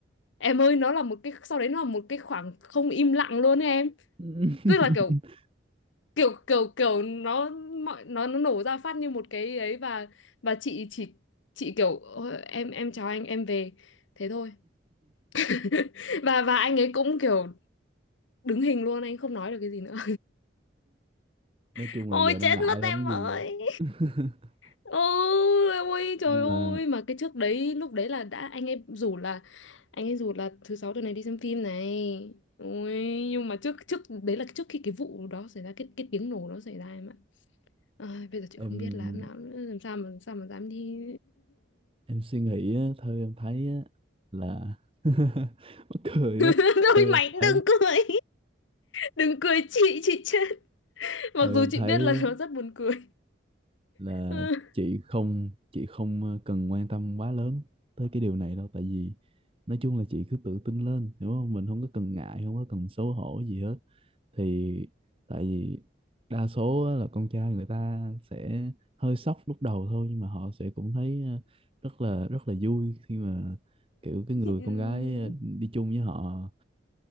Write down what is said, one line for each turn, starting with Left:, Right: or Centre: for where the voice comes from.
Left: em ơi nó là một cái sau đấy nó là một cái khoảng không im lặng luôn ấy, em
Right: <laughs>
Left: tức là kiểu kiểu kiểu kiểu nó mọi nó nó nổ ra phát như một cái ấy và và chị chỉ chị kiểu "Ôi, em em chào anh em về thế thôi <laughs> và và anh ấy cũng kiểu đứng hình luôn anh không nói được cái gì nữa
Right: Nói
Left: <laughs>
Right: chung
Left: ôi
Right: là giờ đang
Left: chết
Right: ngại
Left: mất
Right: lắm
Left: em
Right: gì.
Left: ơi
Right: <laughs>
Left: Ôi, ôi trời
Right: Nhưng
Left: ơi
Right: mà
Left: mà cái trước đấy lúc đấy là đã anh ấy rủ là anh ấy rủ là thứ sáu tuần này đi xem phim này ôi nhưng mà trước trước đấy là trước khi cái vụ đó xảy ra cái cái tiếng nổ đó xảy ra em ạ Ai, bây giờ chị
Right: em
Left: không biết là em nào nữa, làm sao mà sao mà dám đi
Right: em suy nghĩ á, theo em thấy á, là <laughs> mắc cười
Left: <laughs>
Right: quá.
Left: thôi
Right: Theo em
Left: mày
Right: thấy
Left: đừng cười đừng cười chị chị chết mặc
Right: theo em
Left: dù chị
Right: thấy
Left: biết là
Right: á,
Left: nó rất buồn cười
Right: là
Left: <laughs>
Right: chị không chị không ờ, cần quan tâm quá lớn tới cái điều này đâu tại vì nói chung là chị cứ tự tin lên hiểu không mình không có cần ngại không có cần xấu hổ gì hết thì tại vì đa số á, là con trai người ta sẽ hơi sốc lúc đầu thôi nhưng mà họ sẽ cũng thấy ờ, rất là rất là vui khi mà kiểu cái
Left: Ừ. <laughs>
Right: người con gái ờ, đi chung với họ